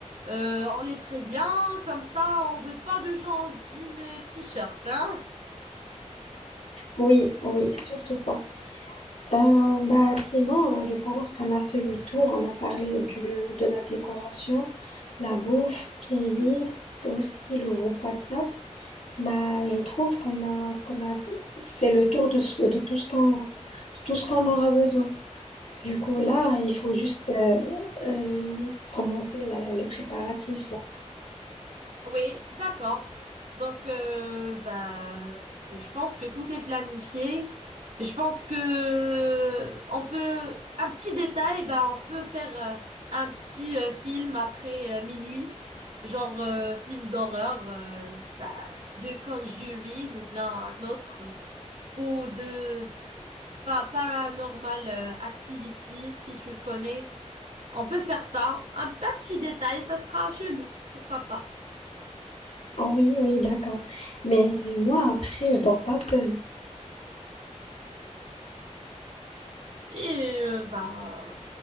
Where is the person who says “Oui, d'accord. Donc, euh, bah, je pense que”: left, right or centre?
Right